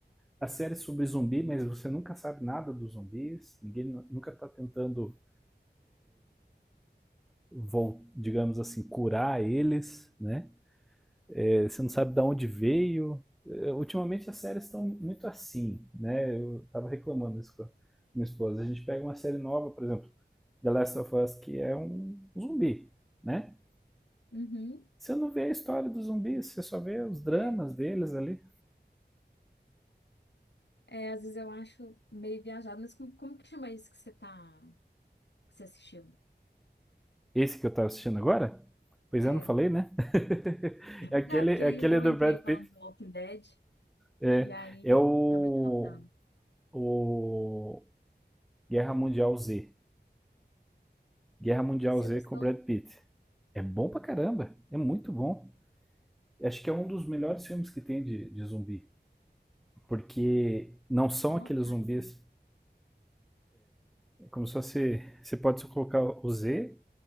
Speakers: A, in the centre; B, on the left.
A: A série é sobre zumbi, mas você nunca sabe nada dos zumbis, ninguém nu- nunca está tentando, vol- digamos assim, curar eles, né? é, você não sabe de onde veio. É, ultimamente as séries estão muito assim, né? Eu estava reclamando isso com a minha esposa. A gente pega uma série nova, por exemplo, The Last of Us, que é um zumbi, né?
B: uhum.
A: Você não vê a história dos zumbis, você só vê os dramas
B: É.
A: deles ali.
B: É, às vezes eu acho meio viajado, mas como, como que chama isso que você tá, que você assistiu?
A: Esse que eu estava assistindo agora? Pois
B: É.
A: é, não falei, né? <laughs> é aquele,
B: Não, é porque
A: é
B: aí
A: aquele
B: eu
A: do
B: entrei
A: Brad
B: falando
A: Pitt.
B: do Walking Dead
A: É,
B: e aí
A: é o,
B: acabei de cortar.
A: o Guerra Mundial Z. Guerra Mundial
B: Você
A: Z
B: gostou?
A: com o Brad Pitt. É bom pra caramba, é muito bom. Acho que é um dos melhores filmes que tem de, de zumbi, porque não são
B: Eu Vou anotar
A: aqueles zumbis.
B: aqui.
A: É como se fosse, você pode só colocar o Z,